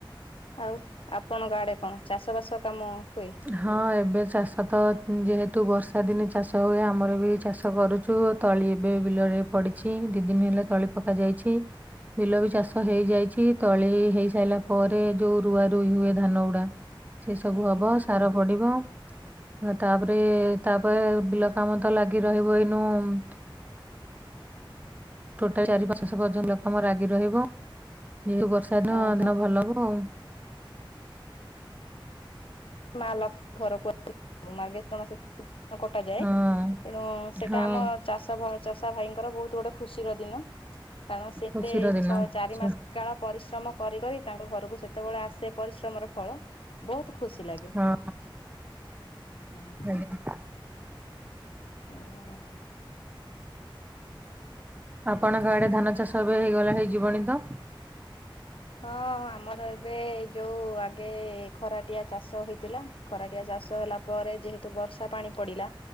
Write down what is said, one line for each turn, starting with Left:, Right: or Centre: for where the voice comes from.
Left: ଆଉ ଆପଣଙ୍କ ଆଡେ କଣ ଚାଷ ବାସ କାମ ହୁଏ?
Right: ହଁ ଏବେ ଚାଷ ତ ଯେହେତୁ ବର୍ଷା ଦିନେ ଚାଷ ହୁଏ ଆମର ବି ଚାଷ କରୁଚୁ। ତଳି ଏବେ ବିଲରେ ପଡିଛି ଦି ଦିନି ହେଲା ତଳି ପକା ଯାଇଛି। ବିଲ ବି ଚାଷ ହେଇଯାଇଛି। ତଳି ଏଇ ହେଇ ସାଇଲା ପରେ ଯୋଉ ରୁଆ ରୁଇ ହୁଏ ଧାନ ଗୁଡା ସେ ସବୁ
Left: ହୁଁ
Right: ହବ
Left: ହୁଁ
Right: ସାର ପଡିବ ଆଁ ତାପରେ ତାପଏ ବିଲ କାମ ତ ଲାଗି ରହିବ ଏଇନୁ ଉମ୍ ଟୋଟାଲ୍ ଚାରି ପାଞ୍ଚଶହ ପର୍ଯ୍ୟନ୍ତ ଲକମ ରାଗି ରହିବ ଯେହେତୁ ବର୍ଷା ଦିନ
Left: ଓହୋ
Right: ଦିନ ଭଲ ହବ ଉମ୍।
Left: ମା ଲକ୍ଷ୍ ଘରକୁ ଆସି ବ ମାର୍ଗେ <unintelligible> କଟାଯାଏ
Right: ହଁ
Left: ତେଣୁ ସେଇଟା
Right: ହଁ
Left: ଆମ ଚାଷ ଭା ଚଷା ଭାଇଙ୍କର ବହୁତ୍ ଗୋଟେ ଖୁସି ର ଦିନ। କାରଣ ସେତେ
Right: ଖୁସିର ଦିନ
Left: ଛଅ
Right: ଆଚ୍ଛା
Left: ଚାରି ମାସ କାଳ ପରିଶ୍ରମ କରି କରି ତାଙ୍କ୍ ଘରୁକୁ ସେତବେଳେ ଆସେ ପରିଶ୍ରମର ଫଳ। ବହୁତ୍ ଖୁସି ଲାଗେ
Right: ହଁ
Left: ହଁ ହଁ।
Right: ଆଜ୍ଞା
Left: ଉଁ
Right: ଆପଣଙ୍କ ଆଡେ ଧାନ ଚାଷ ଏବେ ହେଇଗଲା ହେଇଯିବଣି ତ?
Left: ହଁ ଅଁ ଆମର ଏବେ ଯୋଉ ଆଗେ ଖରାଟିଆ ଚାଷ ହୋଇଥିଲା। ଖରାଟିଆ ଚାଷ ହେଲା ପରେ ଯେହେତୁ ବର୍ଷା ପାଣି ପଡ଼ିଲା